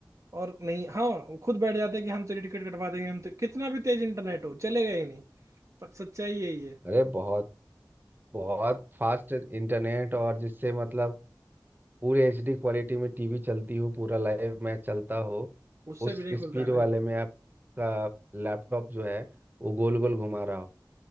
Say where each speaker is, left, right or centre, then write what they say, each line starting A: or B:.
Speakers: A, on the right; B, on the right.
A: और नहीं हाँ वो खुद बैठ जाते हैं कि हम तेरी टिकट कटवा देंगे हम तो कितना भी तेज इंटरनेट हो चलेगा ही नहीं पर सच्चाई यही है
B: अरे बहुत बहुत फास्ट इंटरनेट और जिससे मतलब पूरी एचडी क्वालिटी में टीवी चलती हो पूरा लाइव मैच चलता हो
A: उससे
B: उस
A: भी नहीं खुलता
B: स्पीड
A: है भाई
B: वाले में आपका लैपटॉप जो है वो गोल गोल घुमा रहा हो